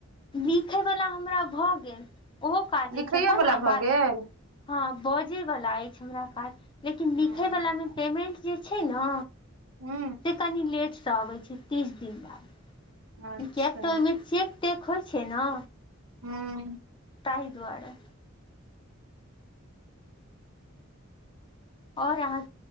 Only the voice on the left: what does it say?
लिखयवला हमरा भऽ गेल ओहो काज
अछि छैखन
आ
बा
हँ बजैवला अछि हमरा काज लेकिन लिखयवलामे
पेमेन्ट जे छै ने
से कनि लेट से अबै छै तीस दिन बाद
कियैकि तऽ ओहिमे चेक तेक होइ छै ने
ताहि दुआरे और अहाँ